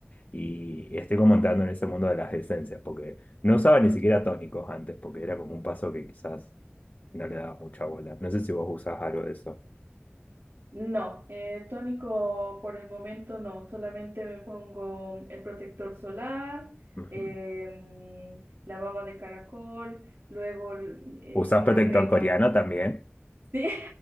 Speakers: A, on the left; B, on the right.
A: Y estoy como entrando en ese mundo de las esencias, porque no usaba ni siquiera tónicos antes, porque era como un paso que quizás no le daba mucha bola. No sé si vos usás algo de eso.
B: No, eh, tónico por el momento no, solamente me pongo el protector solar,
A: Ujú.
B: em, la baba de caracol, luego eh,
A: ¿Usás protector
B: la crema.
A: coreano también?
B: Sí,